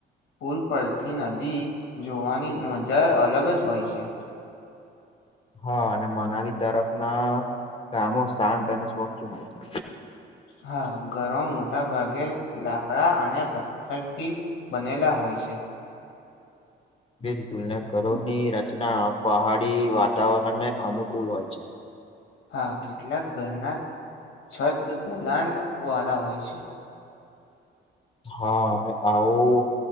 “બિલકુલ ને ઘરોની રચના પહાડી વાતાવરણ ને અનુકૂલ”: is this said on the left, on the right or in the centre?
Left